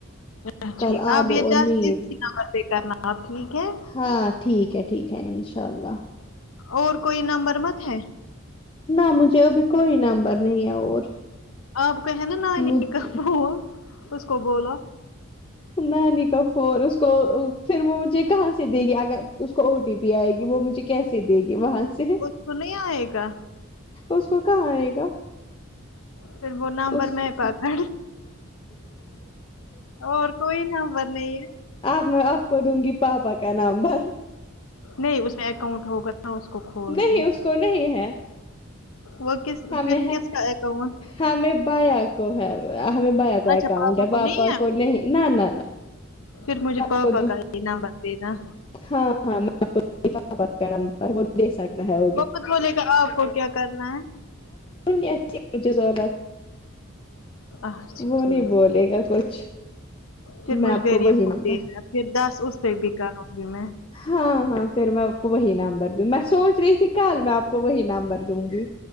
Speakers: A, on the left (about 75°); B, on the left (about 25°).
A: ا
B: کل
A: ٹھیک ہے
B: آلو
A: اپ یہ
B: اور
A: دس
B: میٹ
A: اسی نمبر پہ کرنا آپ ٹھیک ہے
B: ہاں ٹھیک ہے ٹھیک ہے ان شاء اللہ
A: اور کوئی نمبر مت ہے
B: نہ مجھے ابھی کوئی نمبر نہیں ہے اور
A: آپ کہے نا نانی
B: مجھ
A: کاکب اس کو بولو
B: نانی کا فون اس کو پھر وہ مجھے کہاں سے دے گی اگر اس کو او ٹی پی آئے گی وہ مجھے کیسے دے گی وہاں سے
A: تو نہیں آئے گا
B: اس کو کہاں آئے گا
A: پھر وہ نمبر
B: اس کو
A: میں پاتا اور کوئی نمبر نہیں ہے
B: اب میں آپ کو دوں گی پاپا کا نمبر
A: نہیں اس میں اکاؤنٹ ہوگا نہ اس کو کھول
B: نہیں
A: کے
B: اس کو نہیں ہے
A: وہ کس
B: ہمیں
A: پھر
B: ہے
A: کس کا اکاؤنٹ
B: ہمیں بایہ کو ہے ہمیں بایہ کو
A: اچھا
B: اکاؤنٹ ہے
A: کو
B: پاپا
A: نہیں ہے
B: کو نہیں نہ نہ نہ
A: پھر مجھے پاپا
B: کو دوں
A: کا ہی نمبر دینا
B: ہاں ہاں میں آپ نمبر وہ دے سکتا ہے وہ
A: مت بولے گا آپ کو کیا کرنا ہے
B: کی ضرورت
A: اچھا
B: وہ
A: ٹھیک
B: نہیں بولے
A: ہے
B: گا کچھ
A: پھر
B: میں
A: مجھ
B: آپ
A: غریب
B: وہی
A: کو
B: نمبر
A: دینا پھر دس اس پہ بھی کراوں گی میں
B: ہاں ہاں پھر میں آپ وہی نامبر دوں میں سوچ رہی ت کل میں آپ کو وہی نمبر دوں گی